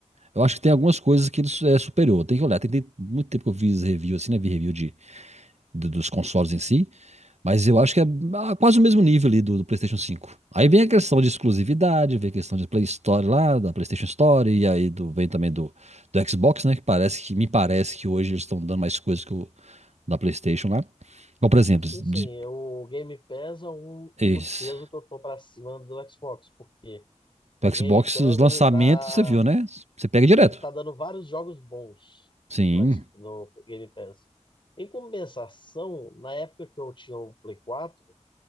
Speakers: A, on the right; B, on the left.
A: eu acho que tem algumas coisas que ele su- é superior, tem que olhar. Tem, tem muito tempo que eu fiz review, assim, né, vi review de do- dos consoles em si, mas eu acho que é ah, quase o mesmo nível ali do, do PlayStation 5. Aí vem a questão de exclusividade, vem a questão de Play Store lá, da PlayStation Store, e aí do- vem também do, do Xbox, né? Que parece que me parece que hoje eles estão dando mais coisas que o da PlayStation lá. Então, por exemplo,
B: E
A: de,
B: assim, eu- o Game Pass é um, um
A: esse,
B: dos pesos que eu tô pra cima do Xbox, porque
A: pro
B: o Game
A: Xbox,
B: Pass
A: os lançamentos,
B: ele dá,
A: você viu, né? Você pega direto.
B: ele tá dando vários jogos bons
A: Sim.
B: no, X- no Game Pass. Em compensação, na época que eu tinha o Play 4,